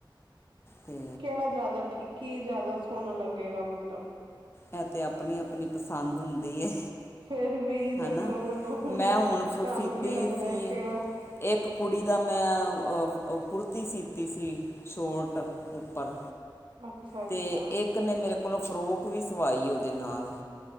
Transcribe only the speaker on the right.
ਕੇੜਾ ਜ਼ਿਆਦਾ ਠੀਕ, ਕੀ ਜਾਦਾ ਸੋਨਾ ਲੱਗੇਗਾ ਮਤਲਬ
ਫੇਰ ਵੀ
ਦੱਸੋ ਮੈਨੂੰ ਤੁਹਾਨੂੰ
ਕੀ ਲੱਗਦਾ
ਕਿਹੜਾ
ਅੱਛਾ ਅੱਛਾ